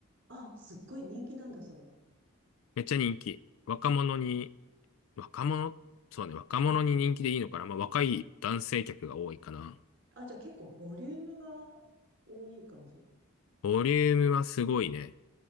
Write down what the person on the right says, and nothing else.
あ、すっごい人気なんだ、それ。
うん。
あ、じゃあ結構ボリュームが多い感じ。